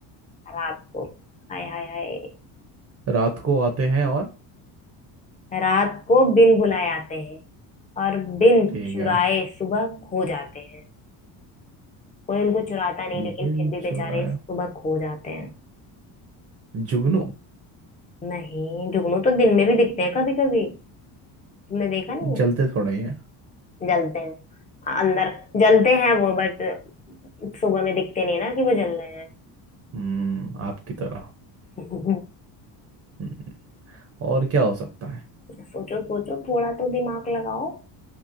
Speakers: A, on the left; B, on the right.
A: रात को हाय हाय हाय
B: रात को आते हैं और
A: रात को बिन बुलाए आते हैं और बिन
B: ठीक
A: चुराए
B: है
A: सुबह खो जाते हैं कोई उनको चुराता नहीं
B: बिन
A: लेकिन फिर भी
B: चुराया
A: बेचारे सुबह खो जाते हैं
B: जुगनू
A: नहीं जुगनू तो दिन में भी दिखते हैं कभी कभी तुमने देखा नहीं
B: वो जलते
A: है
B: थोड़े ही है
A: जलते हैं अंदर जलते हैं वो बट सुबह में दिखते नहीं ना कि वो जल रहे हैं
B: हम्म आपकी तरह
A: <laughs>
B: हम्म और क्या हो सकता है
A: सोचो सोचो थोड़ा तो दिमाग लगाओ